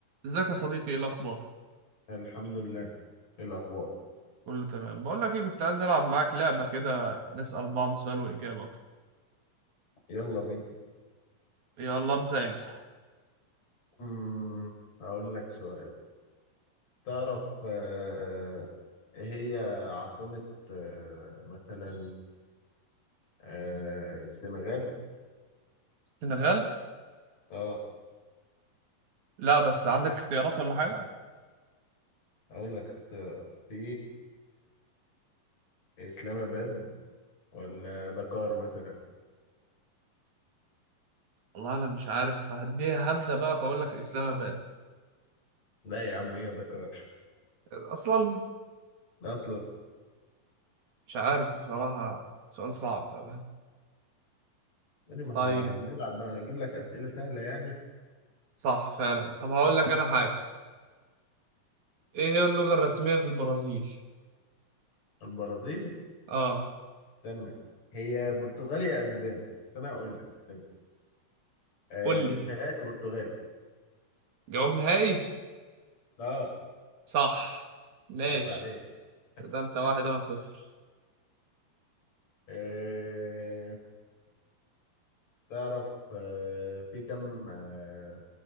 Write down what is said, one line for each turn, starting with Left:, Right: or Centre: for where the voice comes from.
Right: ازيك يا صديقي ايه الاخبار
Left: الحمد لله إيه الأخبار
Right: كله تمام بقول لك ايه كنت عايز العب معاك لعبه كده نسال بعض سؤال واجابه وكده
Left: يلا بينا
Right: يلا ابدا انت
Left: امم هقول لك سؤال تعرف آه، إيه هي عاصمة آه، مثلا آه، السنغال
Right: السنغال
Left: اه
Right: لا بس عندك اختيارات ولا حاجه
Left: هقول لك اختيار في إسلام آباد ولا دكار مثلا
Right: والله انا مش عارف هديها هبدا بقى فاقول لك اسلام اباد
Left: لا يا عم هي دكار
Right: اصلا
Left: أصلا
Right: مش عارف بصراحه سؤال صعب بقى
Left: إيه ما
Right: طيب
Left: احنا بنلعب بقى نجيب لك أسئلة سهلة يعني
Right: صح فعلا طب هقول لك انا حاجه ايه هي اللغه الرسميه في البرازيل
Left: البرازيل
Right: اه
Left: استنى هي برتغالي يا أسباني بس أنا هقول لك استنى آه،
Right: قول لي
Left: بيتهيألي برتغالي
Right: جواب نهائي
Left: اه
Right: صح ماشي
Left: عيب عليك
Right: ده انت واحد
Left: <laughs>
Right: انا صفر
Left: إيه تعرف آه، في كم آه،